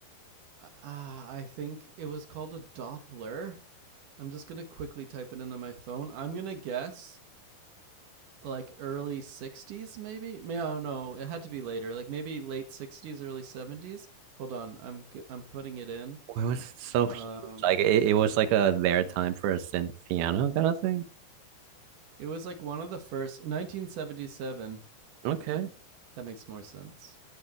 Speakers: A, on the right; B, on the right.
A: Uh, I think it was called a Doppler. I'm just gonna quickly type it into my phone. I'm gonna guess like early '60s, maybe. May- No, no, it had to be later. Like maybe late '60s, early '70s. Hold on, I'm i I'm putting it in.
B: why was it so
A: Um,
B: huge like it, it was like a their time for a synth piano kind of thing
A: it was like one of the first 1977.
B: okay
A: That makes more sense.